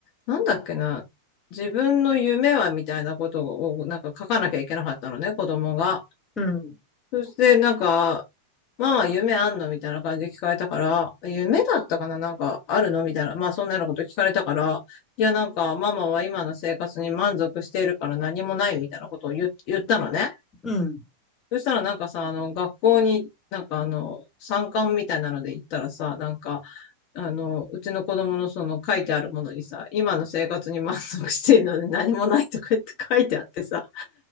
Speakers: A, on the left; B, on the left.
A: なんだっけな、自分の夢はみたいなことをなんか書かなきゃいけなかったのね、子供が。
B: うん、
A: そしてなんか、ママ夢あんのみたいな感じで聞かれたから、夢だったかななんかあるのみたいな、まあそんなようなこと聞かれたから、いやなんかママは今の生活に満足しているから何もないみたいなことを言、言ったのね。
B: うん。
A: そしたらなんかさ、あの学校になんかあの参観みたいなので行ったらさ、なんかあのうちの子供のその書いてあるものにさ、今の生活に満足しているので何もないとか言って書いてあってさ、